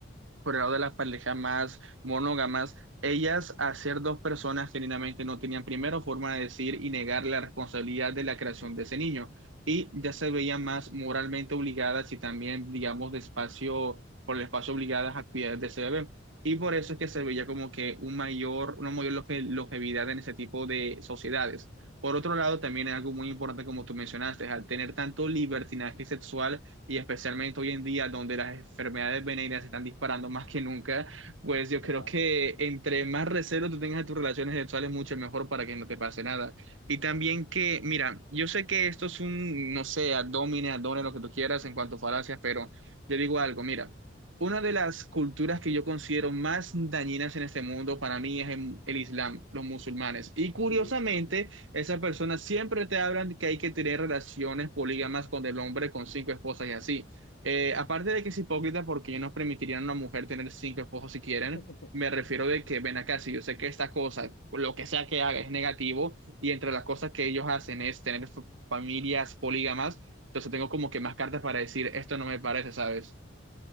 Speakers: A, on the right; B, on the left.
A: por el lado de las parejas más monógamas, ellas a ser dos personas genuinamente no tenían primero forma de decir y negar la responsabilidad de la creación de ese niño y ya se veían más moralmente obligadas y también, digamos, de espacio, por el espacio obligadas a actividades de ese bebé. Y por eso es que se veía como que un mayor, una mayor longe- longevidad en ese tipo de sociedades. Por otro lado, también es algo muy importante, como tú mencionaste, al tener tanto libertinaje sexual, y especialmente hoy en día donde las enfermedades venéreas se están disparando más que nunca, pues yo creo
B: exacto.
A: que entre más recelo tú tengas de tus relaciones sexuales, mucho mejor para que no te pase nada. Y también que, mira, yo sé que esto es un, no sé, abdomen, abdomen, lo que tú quieras en cuanto a falacias, pero yo digo algo, mira. Una de las culturas que yo considero más dañinas en este mundo para mí es en- el Islam, los musulmanes. Y curiosamente,
B: Sí.
A: esas personas siempre te hablan que hay que tener relaciones polígamas con el hombre con cinco esposas y así. Eh, aparte de que es hipócrita porque ellos no permitirían a una mujer tener cinco esposos si quieren,
B: <laughs>
A: me refiero de que ven acá, si yo sé que esta cosa, lo que sea que haga es negativo y entre las cosas que ellos hacen es tener f- familias polígamas, entonces tengo como que más cartas para decir, esto no me parece, ¿sabes?